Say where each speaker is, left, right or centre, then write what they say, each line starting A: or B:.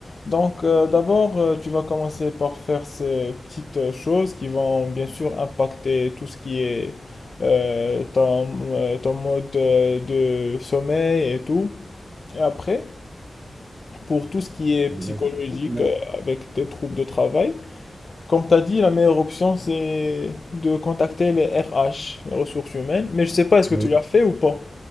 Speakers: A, on the left (about 50°); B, on the right (about 25°).
A: Donc, euh, d'abord, euh, tu vas commencer par faire ces petites euh, choses qui vont bien sûr impacter tout ce qui est euh, ton, euh, ton mode euh, de sommeil et tout. Et après, pour tout ce qui est
B: d'accord,
A: psychologique
B: d'accord.
A: euh, avec tes troubles de travail, comme tu as dit, la meilleure option, c'est de contacter les RH, les ressources humaines. Mais je sais pas, est-ce
B: Oui.
A: que tu l'as fait ou pas?